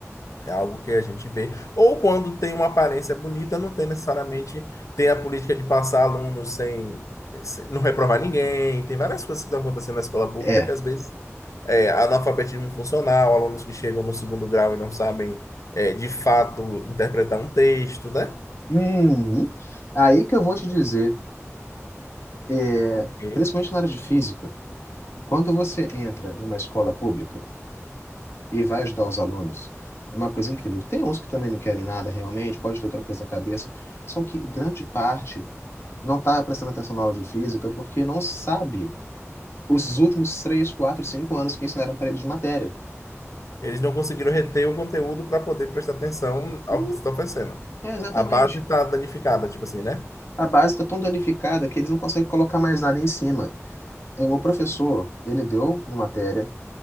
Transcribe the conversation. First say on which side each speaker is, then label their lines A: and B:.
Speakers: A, on the left; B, on the left.
A: É algo que a gente vê. Ou quando tem uma aparência bonita, não tem necessariamente tem a política de passar alunos sem, sem- não reprovar ninguém. Tem várias coisas que estão acontecendo na escola pública
B: É.
A: que às vezes é analfabetismo funcional, alunos que chegam no segundo grau e não sabem é, de fato interpretar um texto, né?
B: Uhum. Aí que eu vou te dizer, é,
A: Porque
B: principalmente na área de física, quando você entra numa escola pública e vai ajudar os alunos. É uma coisa incrível. Tem uns que também não querem nada realmente, pode ter outra coisa na cabeça, só que grande parte não está prestando atenção na aula de física porque não sabe os últimos três, quatro, cinco anos que ensinaram para eles de matéria.
A: eles não conseguiram reter o conteúdo para poder prestar atenção ao
B: Hum,
A: que se está oferecendo.
B: é exatamente.
A: A base está danificada, tipo assim, né?
B: A base está tão danificada que eles não conseguem colocar mais nada em cima. É, O professor, ele deu uma matéria,